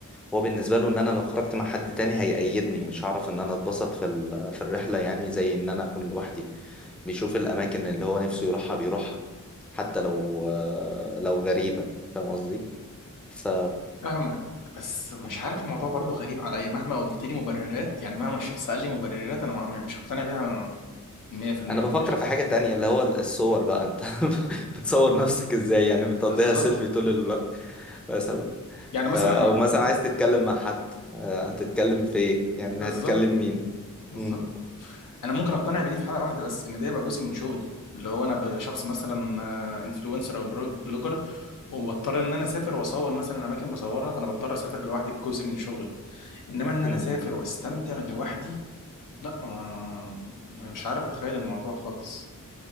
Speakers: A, in the centre; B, on the left.
A: هو بالنسبة له ان انا لو خرجت مع حد تاني هيقيدني مش هعرف ان انا اتبسط في ال... في الرحلة يعني زي ان انا اكون لوحدي بيشوف الأماكن اللي هو نفسه يروحها بيروحها حتى لو لو غريبة فاهم قصدي؟ ف
B: فاهمك بس مش عارف الموضوع برضو غريب عليا مهما قلت لي مبررات يعني مهما الشخص قال لي مبررات انا ما- مش هقتنع بيها 100%
A: أنا بفكر
B: مش
A: في حاجة تانية اللي هو الصور بقى أنت <laughs> بتصور نفسك إزاي يعني بتقضيها
B: بالظبط
A: سيلفي طول الوقت مثلا
B: يعني
A: ف...
B: مثلا
A: أو
B: أنا-
A: مثلا عايز تتكلم مع حد آه، هتتكلم في إيه؟ يعني
B: بالظبط
A: هتكلم مين؟
B: بالظبط
A: مم.
B: انا ممكن اقتنع بدي في حاله واحده بس ان ده يبقى جزء من شغلي اللي هو انا ب- شخص مثلا انفلونسر او برو- بلوجر وبضطر ان انا اسافر واصور مثلا اماكن بصورها فانا بضطر اسافر لوحدي كجزء من شغلي انما ان
A: مم.
B: انا اسافر واستمتع لوحدي لا ما- ما- مش عارف اتخيل الموضوع خالص